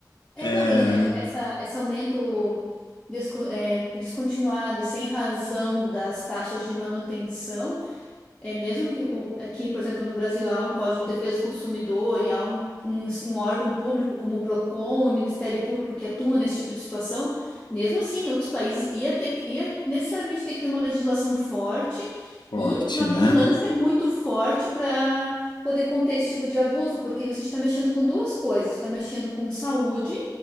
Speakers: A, on the left; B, on the left.
A: É,
B: É
A: não, e é, essa, esse aumento desco- é, descontinuado e sem razão das taxas de manutenção, é mesmo que o- aqui, por exemplo, no Brasil há um Código de Defesa do Consumidor e há um, um, um órgão público como o PROCON, o Ministério Público que atua nesse tipo de situação, mesmo assim, em outros países ia ter, que- ia necessariamente ter que ter uma legislação forte
B: forte,
A: e uma
B: né?
A: vigilância muito forte para poder conter esse tipo de abuso, porque a gente está mexendo com duas coisas, está mexendo com saúde